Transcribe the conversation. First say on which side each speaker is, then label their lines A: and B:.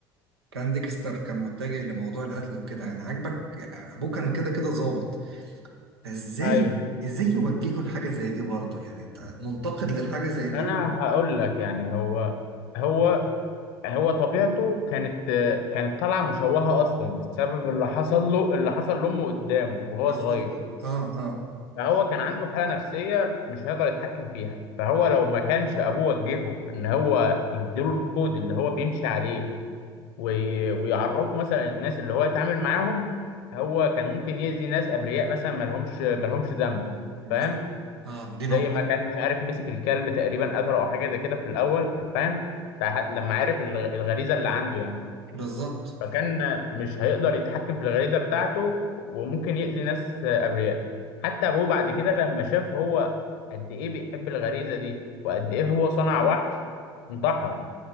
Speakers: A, on the right; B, on the left.
A: كان ديكستر كان متجه لموضوع القتل وكده يعني عجبك آه، ابوه كان كده كده ظابط فازاي
B: ايوه
A: ازاي يوجهه لحاجة زي دي برضه يعني انت منتقد للحاجة زي دي
B: انا
A: و...
B: هقول لك يعني هو هو هو طبيعته كانت آه، كانت طالعه مشوهه اصلا بسبب اللي حصل له اللي حصل لامه قدامه وهو
A: بالظبط
B: صغير
A: اه اه
B: فهو كان عنده حالة نفسية مش هيقدر يتحكم فيها فهو لو ما كانش أبوه وجهه إن هو يديله الكود اللي هو بيمشي عليه وي... ويعرفه مثلا الناس اللي هو يتعامل معاهم هو كان ممكن يأذي ناس أبرياء مثلا مالهمش مالهمش ذنب
A: لا
B: فاهم
A: اه دي
B: زي
A: نقطة
B: ما كان مش عارف مسك الكلب تقريبا قتله أو حاجة زي كده في الأول فاهم فح- لما عرف الغ- الغريزة اللي عنده يعني
A: بالظبط
B: فكان مش هيقدر يتحكم في الغريزة بتاعته وممكن يأذي ناس أبرياء حتى أبوه بعد كده لما شاف هو قد إيه بيحب الغريزة دي وقد إيه هو صنع وحش انتحر